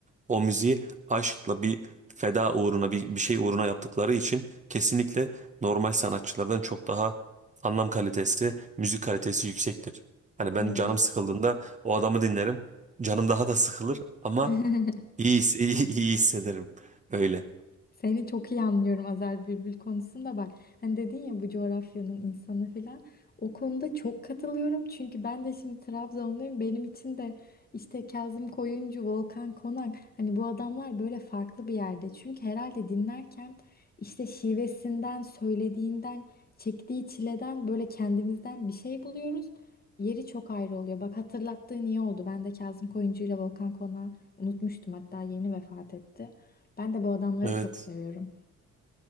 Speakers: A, on the right; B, on the left.
A: O müziği aşkla bir feda uğruna bir, bir şey uğruna yaptıkları için kesinlikle normal sanatçılardan çok daha anlam kalitesi, müzik kalitesi yüksektir. Hani
B: Evet.
A: ben canım sıkıldığında o adamı dinlerim. Canım daha da sıkılır ama
B: <laughs>
A: iyi, his- <laughs> iyi, iyi hissederim. Öyle.
B: Seni çok iyi anlıyorum Azer Bülbül konusunda bak. Hani dedin ya bu coğrafyanın insanı falan. O konuda çok katılıyorum. Çünkü ben de şimdi Trabzonluyum. Benim için de işte Kazım Koyuncu, Volkan Konak. Hani bu adamlar böyle farklı bir yerde. Çünkü herhalde dinlerken işte şivesinden, söylediğinden, çektiği çileden böyle kendimizden bir şey buluyoruz. Yeri çok ayrı oluyor. Bak hatırlattığın iyi oldu. Ben de Kazım Koyuncu ile Volkan Konak'ı unutmuştum. Hatta yeni vefat etti. Ben de bu adamları
A: Evet.
B: çok seviyorum.